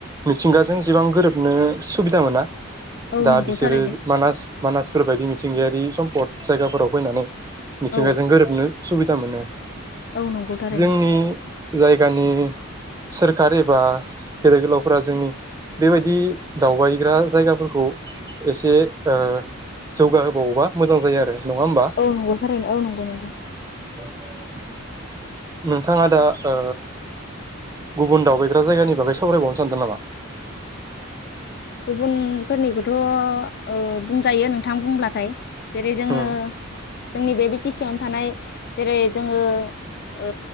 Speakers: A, on the right; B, on the left.
A: मिथिंगाजों एसेबां गोरोबनो सुबिदा मोना।
B: औ
A: दा
B: नंगौ
A: बिसोरो
B: थारैनो
A: मानास मानासफोर बायदि मिथिं मिथिंगायारि सम्पद जायगाफोराव फैनानै मिथिंगाजों
B: औ
A: गोरोबनो सुबिदा मोनो।
B: औ नंगौ थारैनो
A: जोंनि जाय जायगानि सोरखार एबा गेदेर गोलावफ्रा जोंनि बेबायदि दावबायग्रा जायगाफोरखौ एसे ओ जौगाहोबावोबा मोजां जायो आरो। नङा होमबा
B: औ नंगौथारैनो औ नंगौ नंगौ
A: <inaudible> नोंथाङा दा ओ गुबुन दावबायग्रा जायगानि बागै सावरायबावनो सानदों नामा?
B: गुबुनफोरनिखौथ' ओ बुंजायो नोंथां बुंब्लाथाय। जेरै जोङो
A: उम
B: जोंनि बे बिटि सि आवनो थानाय जेरै जोङो ओ